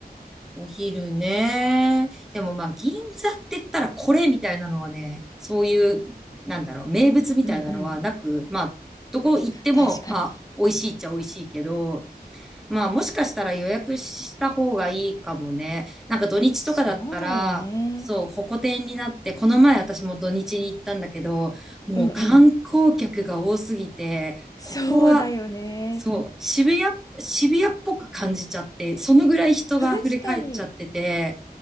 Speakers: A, in the centre; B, on the left.
A: お昼ね。でもまあ、銀座って言ったらこれみたいなのはね、そういう、なんだろう、名物みたいなのはなく、
B: うんうん。
A: まあ、どこ行っても、
B: 確かに。
A: まあ、美味しいっちゃ美味しいけど、まあ、もしかしたら予約した方がいいかもね。なんか土日とかだったら、
B: そうだよね。
A: そう、ホコ天になって、この前私も土日に行ったんだけど、もう観光客が多すぎて、
B: うんうん。そうだよね。
A: ここはそう、渋谷、渋谷っぽく感じちゃって、そのぐらい人が溢れ返っちゃってて、
B: 確かに。